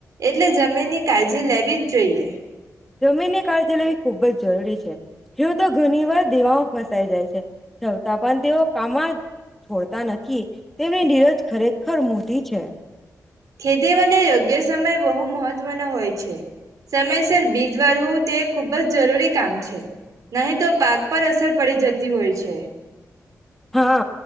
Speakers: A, on the right (about 75°); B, in the centre.
A: એટલે જમીનની કાળજી લેવી જ જોઈએ.
B: જમીન ની કાળજી લેવી ખુબ જ જરૂરી છે. ખેડૂતો ઘણી વાર દેવામાં ફસાઈ જાય છે, છતાં પણ તેઓ કામમાં છોડતા નથી તેમની નીરજ ખરેખર મોટી છે.
A: ખેતી માટે યોગ્ય સમય બહુ મહત્વનો હોય છે, સમયસર બીજ વાળવું તે ખૂબ જ જરૂરી કામ છે. નહી તો પાક પર અસર પડી જતી જતી હોય છે.
B: હા